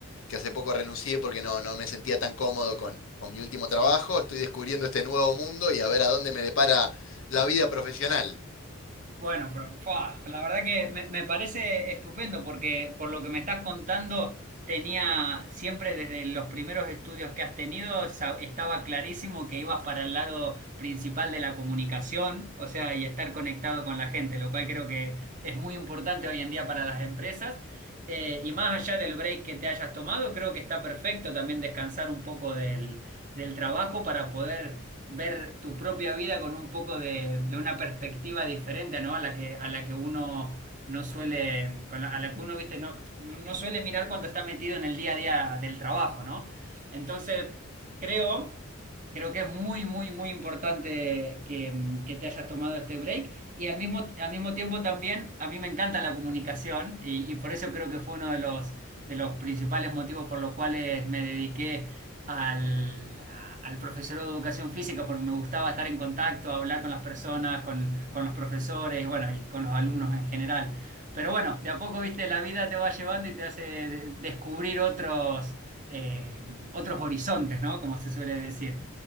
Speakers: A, on the left; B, on the right.
A: que hace poco renuncié porque no, no me sentía tan cómodo con, con mi último
B: sí.
A: trabajo. Estoy descubriendo este nuevo mundo y a ver a dónde me depara la vida profesional.
B: Bueno, pero fa, la verdad que me, me parece estupendo porque por lo que me estás contando, tenía siempre desde los primeros estudios que has tenido, sa- estaba clarísimo que ibas para el lado principal de la comunicación, o sea, y estar conectado con la gente, lo cual creo que es muy importante hoy en día para las empresas. Eh, y más allá del break que te hayas tomado, creo que está perfecto también descansar un poco del, del trabajo para poder ver tu propia vida con un poco de, de una perspectiva diferente, ¿no? A la que, a la que uno no suele, con la- a la que uno, viste, no, no no suele mirar cuando está metido en el día a día del trabajo, ¿no? Entonces, creo, creo que es muy, muy, muy importante que, mm, que te hayas tomado este break y al mismo, al mismo tiempo también, a mí me encanta la comunicación y, y por eso creo que fue uno de los, de los principales motivos por los cuales me dediqué al, a- al profesor de educación física porque me gustaba estar en contacto, hablar con las personas, con, con los profesores y bueno, y con los alumnos en general. Pero bueno, de a poco, viste, la vida te va llevando y te hace de- descubrir otros, eh, otros horizontes, ¿no? Como se suele decir.